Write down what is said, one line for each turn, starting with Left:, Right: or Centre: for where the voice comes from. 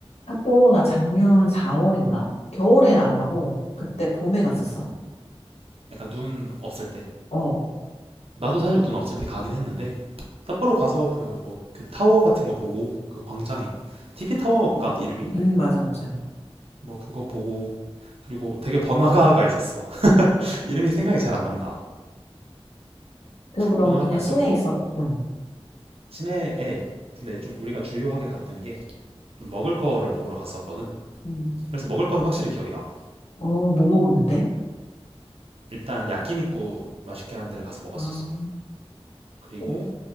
Left: 삿포로 나 작년 4월인가? 겨울엔 안 가고,
Right: 음,
Left: 그때 봄에 갔었어.
Right: 음. 약간 눈 없을 때.
Left: 어,
Right: 나도 사실 눈 없을 때 가긴 했는데 삿포로 가서 그 뭐 그 타워 같은 거 보고 그 광장이 TV 타워인가 이름이?
Left: 응, 맞아, 맞아.
Right: 뭐 그거 보고 그리고 되게 번화가가 있었어. <laughs> 이름이 생각이 잘 안 난다.
Left: 그, 그럼
Right: 번화가가
Left: 그냥
Right: 있었고
Left: 시내에 있어. 응.
Right: 시내에 근데 좀 우리가 주요하게 갔던 게 좀 먹을 거를 먹으러 갔었거든.
Left: 응.
Right: 그래서 먹을 거는 확실히 기억이 나.
Left: 어, 뭐 먹었는데?
Right: 일단 야끼니쿠 맛있게 하는 데를 가서 먹었었어.
Left: 아,
Right: 그리고
Left: 어,